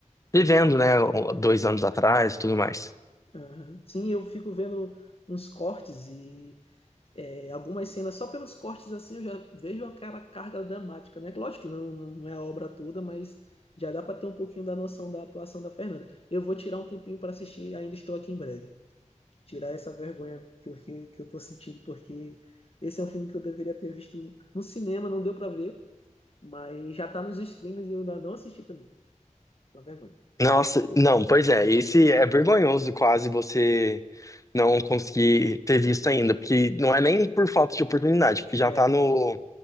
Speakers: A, on the left; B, on the left.
A: Vivendo, né? Dois anos atrás, tudo mais.
B: Aham. Sim, eu fico vendo uns cortes e é, algumas cenas, só pelos cortes assim eu já vejo aquela carga dramática, né? Lógico que não, não é a obra toda, mas já dá para ter um pouquinho da noção da atuação da Fernanda. Eu vou tirar um tempinho para assistir, ainda estou aqui em breve. tirar essa vergonha que eu, que, que eu tô sentindo, porque esse é um filme que eu deveria ter visto no cinema, não deu pra ver, mas já tá nos streams e eu ainda não assisti também. Uma vergonha.
A: Nossa, não, pois é, esse é vergonhoso quase você não conseguir ter visto ainda, porque não é nem por falta de oportunidade, porque
B: É,
A: já tá no,